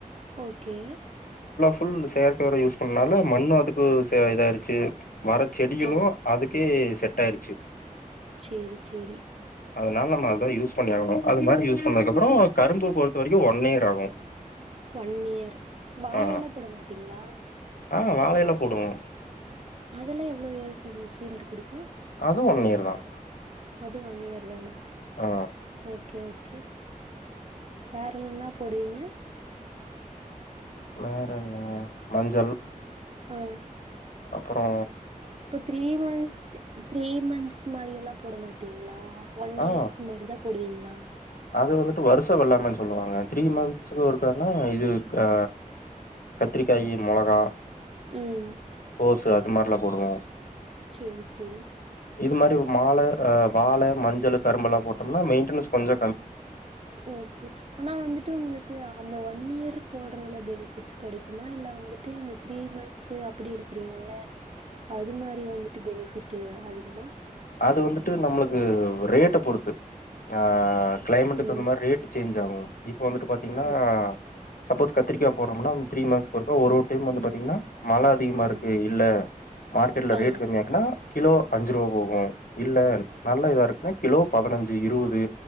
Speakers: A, on the right (about 45°); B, on the left (about 85°).
A: ஓகே
B: ஃபுல் செயற்கை உரோ யூஸ் பண்ணனால மண்ணும் அதுக்கு இதாயிச்சு மர செடிகளும்
A: ஆ
B: அதுக்கே செட்டாயிருச்சு
A: சேரி சேரி
B: அதனால நம்ம அதான் யூஸ் பண்ணியாகனு அது மாரி யூஸ் பண்ணதுக்கு அப்புறம் கரும்பு பொறுத்த வரைக்கும் ஒன் இயர் ஆகும்
A: ஒன் இயர் வாழையில
B: ஆ.
A: போட மாட்டீங்களா
B: ஆ வாழையில போடுவோம்
A: அதெல்லாம் எவ்ளோ இயர்ஸ் ஹீல்டு குடுக்கும்
B: அதுவும் தான்
A: அது ஒன் இயர் தானா
B: ஆ.
A: ஓகே ஓகே ஓகே வேர் என்னா போடுவீங்க
B: வேரன்ன மஞ்சள்
A: உம்
B: அப்பறோ
A: இப்ப தீரிமன்த்து த்ரீ மந்த்ஸ் மாரியெல்லா போட மாட்டீங்களா ஒன்
B: ஆ.
A: இயர் மாரி தா போடுவீங்களா உம்
B: அது வந்துட்டு வருசவெல்லாமன்னு சொல்லுவாங்க த்ரீ மந்த்ஸ்க்கு ஒருக்கானா இது ஆ கத்திரிக்காய் மொளகா
A: ம்
B: கோசு இந்த மாரிலா போடுவோ
A: செரி செரி
B: இது மாரி மால வாழ மஞ்சள் கரும்பெல்லா போட் மெயின்டன்ஸ் கொஞ்ச
A: ஓகே ஆனா வந்துட்டு உங்களுக்கு அந்த ஒன் இயர் போடுறதுல பெனிஃபிட்ஸ் கிடைக்குமா இல்ல வந்துட்டு இந்த த்ரீ மந்த்ஸ் அப்படி இருக்கறீங்கல்ல அது மாதிரி வந்துட்டு பெனிஃபிட் அதிகமா
B: அது வந்துட்டு நம்மளுக்கு ரேட்ட பொறுத்து ஆ டைமண்ட்டுக்கு
A: ம்
B: தகுந்த மாரி ரேட்டு சேச் இதாவும் இப்ப வந்துட்டு பாத்தீங்னா
A: ஓக்
B: சப்போஸ் கத்திரிக்கா போடுரோம்னா த்ரி மன்ஸ்க்கு ஒருக்கா ஒரு டீம் வந்து பாத்தீங்னா மழை அதிகமா இருக்கு
A: ஆ
B: இல்ல மார்கெட்டுல
A: ஆ
B: ரேட் கம்மியா இருக்குனா கிலோ அஞ்சு ருவா போகுங்க இல்ல நல்லா இதா இருக்குனா கிலோ பதினஞ்சு, இருவது